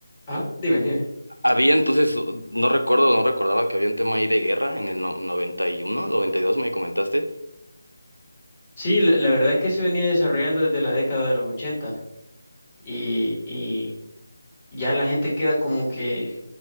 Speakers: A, on the left; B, on the right.
A: Ah, dime, dime.
B: Había entonces, uh, no recuerdo, no recordaba que había un tema ahí de guerra en el no- 91, 92 me comentaste.
A: Sí, la, la verdad es que se venía desarrollando desde la década de los 80 y, ya la gente queda como que